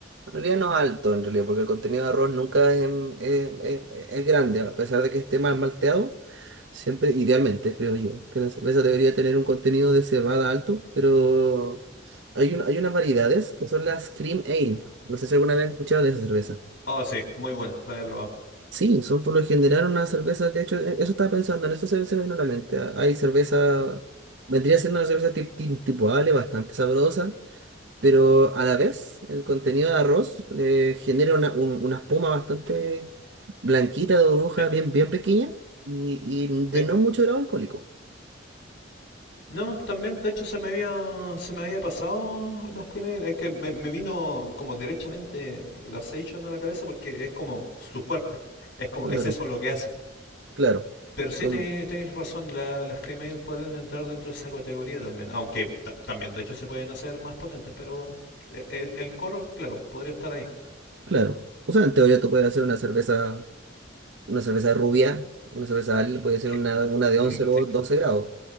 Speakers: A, on the right; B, on the left.
A: realidad no alto en realidad, porque el contenido de arroz nunca es, em, es- es- es grande, a pesar de que esté mal malteado, siempre, idealmente creo yo, que la cerveza debería tener un contenido de cebada alto, pero hay, un- hay unas variedades que son las Cream Ale, no sé si alguna vez has escuchado de esa cerveza.
B: Oh, sí, muy buena, la he probado.
A: Sí, son por lo general unas cervezas, de hecho, e- eso estaba pensando, en eso se, se me vino a la mente. ah, Hay cerveza, vendría siendo una cerveza tip- tin- tipo Ale, bastante sabrosa, pero a la vez el contenido de arroz le genera una, un- una espuma bastante blanquita de burbuja,
B: Sí,
A: bien, bien pequeña y, y de
B: sí.
A: no mucho grado alcohólico.
B: No, también, de hecho, se me había, se me había pasado las primeras. Es que me, me vino como derechamente la Seishon a la cabeza porque es como su fuerte. Es como,
A: Claro,
B: es eso lo que hace.
A: claro,
B: Pero sí,
A: como,
B: te- tienes razón, la- las Cremail pueden entrar dentro de esa categoría también. Aunque ta- también, de hecho, se pueden hacer más potentes, pero el, el- el core, claro, podría estar ahí.
A: claro. O sea, en teoría tú puedes hacer una cerveza, una cerveza rubia, una cerveza Ale, puede ser
B: que-
A: una, una de
B: mm,
A: 11 o 12 grados,